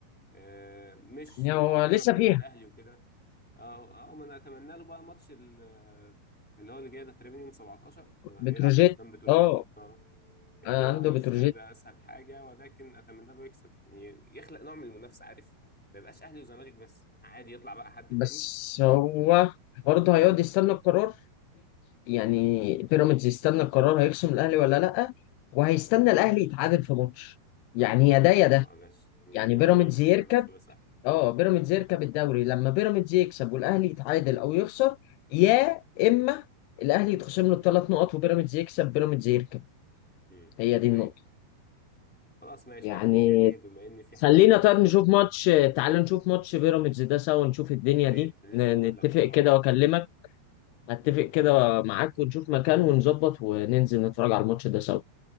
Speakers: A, in the centre; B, on the left.
A: آه، مش
B: يعني
A: معارضه
B: هو لسه
A: للاهلي
B: فيها
A: وكده اه اه ما انا اتمنى له بقى ماتش ال- اللي هو اللي جاي ده تقريبا يوم 17 هيلعب
B: بتروجيت
A: قدام بتروجيت
B: اه
A: اه يعني
B: آه،
A: هو
B: عنده
A: مش
B: بتروجيت
A: هيبقى اسهل حاجه ولكن اتمنى له يكسب يعني يخلق نوع من المنافسه عارف ما يبقاش اهلي وزمالك بس عادي يطلع بقى حد
B: بس
A: تاني
B: هو برضه هيقعد
A: مم.
B: يستنى القرار يعني بيراميدز يستنى القرار هيخصم الاهلي ولا لا وهيستنى الاهلي يتعادل في ماتش يعني يا ده
A: اه
B: يا ده
A: معلش الموضوع
B: يعني بيراميدز
A: اه الموضوع
B: يركب
A: مش هيبقى سهل
B: اه
A: امم
B: بيراميدز يركب الدوري لما بيراميدز يكسب والاهلي يتعادل او يخسر يا اما الاهلي يتخصم له الثلاث نقط وبيراميدز يكسب بيراميدز يركب
A: امم
B: هي دي النقطة
A: ايوه خلاص ماشي
B: يعني
A: على العموم يعني ايه بما ان في حماس
B: خلينا
A: كده
B: طيب
A: موجود
B: نشوف ماتش تعال نشوف ماتش بيراميدز ده سوا نشوف الدنيا
A: يا ريت
B: دي
A: لسه
B: ن-
A: هقول
B: نتفق
A: لك والله
B: كده واكلمك اتفق كده
A: خلاص
B: معاك ونشوف مكان ونظبط وننزل نتفرج على الماتش ده سوا